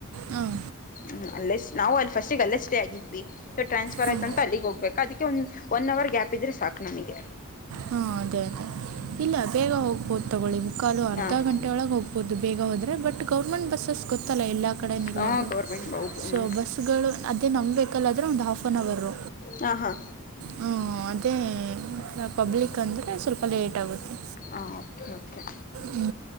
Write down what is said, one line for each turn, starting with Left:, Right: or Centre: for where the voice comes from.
Right: ಹಾಂ
Left: ಹ್ಮ ಅಲ್ಲ ನಾವು ಅಲ್ಲಿ ಫಸ್ಟಿಗೆ ಅಲ್ಲೇ ಸ್ಟೇ ಆಗಿದ್ವಿ ಟ್ರಾನ್ಸ್ಫರ್
Right: ಹಾಂ
Left: ಆಯ್ತು ಅಂತ ಅಲ್ಲಿಗ್ ಹೋಗ್ಬೇಕು ಅದಕ್ಕೆ ಒಂದು ಒನ್ ಅವರ್ ಗ್ಯಾಪ್ ಇದ್ರೆ ಸಾಕು ನಮಗೆ
Right: ಹಾಂ ಅದೇ ಅದೇ ಇಲ್ಲ ಬೇಗ ಹೋಗ್ಬೋದು ತೊಗೊಳ್ಳಿ ಮುಕ್ಕಾಲು ಅರ್ಧ
Left: ಹಾಂ
Right: ಗಂಟೆ ಒಳಗೆ ಹೋಗ್ಬೋದು ಆಗಬಹುದು ಬೇಗ ಹೋದ್ರೆ ಬಟ್ ಗೌರ್ಮೆಂಟ್ ಬಸ್ಸಸ್ ಗೊತ್ತಲ್ಲ ಎಲ್ಲ ಕಡೆ ನಿಲ್ಲೋದು
Left: ಹಾಂ ಗೌರ್ಮೆಂಟ್ ಹೌದು
Right: ಸೊ
Left: ಹ್ಞೂ
Right: ಬಸ್ಗಳು ಅದೇ ನಮ್ಮ ವೆಹಿಕಲ್ ಆದ್ರೆ ಒಂದು ಹಾಫ್ ಆನ್ ಹೌರ
Left: ಹಾಂ ಹಾಂ
Right: ಹ್ಮ ಅದೇ ಪಬ್ಲಿಕ್ ಅಂದರೆ ಸ್ವಲ್ಪ ಲೇಟ ಆಗುತ್ತೆ
Left: ಹಾಂ ಓಕೆ ಓಕೆ
Right: ಹ್ಞ